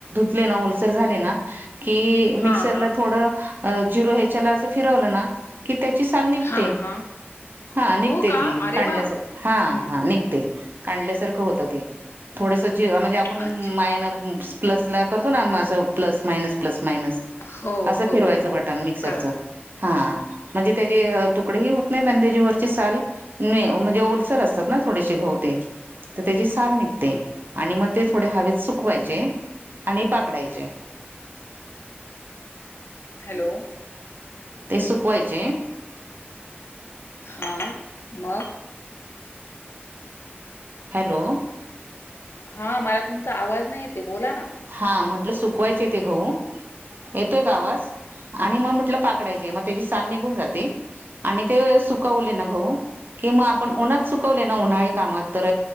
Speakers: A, on the right; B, on the left.
A: ना ओलसर झाले ना की मिक्सरला
B: हां हां
A: थोडं अ झिरो ह्याच्याला अस फिरवलं ना की त्याची साल निघते
B: हां हां
A: हा निघते
B: हो
A: ती
B: का? अरे
A: काांढल्यासारखी
B: वाह!
A: हा
B: हं,
A: हा
B: हं.
A: निघते काढल्यासारखं होतं ते थोडस ज म्हणजे आपण
B: अच्छा.
A: मायन प्लस ला करतो ना असं प्लस मायनस प्लस मायनस
B: हो,
A: असं
B: हो,
A: फिरवायचं
B: हो,
A: बटन
B: हो.
A: मिक्सरच
B: कळालं.
A: हा म्हणजे त्याचे तुकडेही होत नाही आणि त्याच्यावररची साल म्हणजे र असतात ना थोडेसे गहू ते तर त्याची साल निघते आणि म ते थोडे हवेत सुकवायचे आणि पाखडायचे
B: हॅलो
A: ते सुकवायचे
B: हां मग
A: हॅलो
B: हा मला तुमचा आवाज नाही येते बोला ना
A: हा म्हंटलं सुकवायचे ते गहू येतोय का आवाज आणि म म्हटलं पाखडायचे म त्याची साल निघून जाते आणि ते सुकवले ना गहू कि मग आपण
B: हां,
A: उन्हात सुकवले ना उन्हाळी कामात तर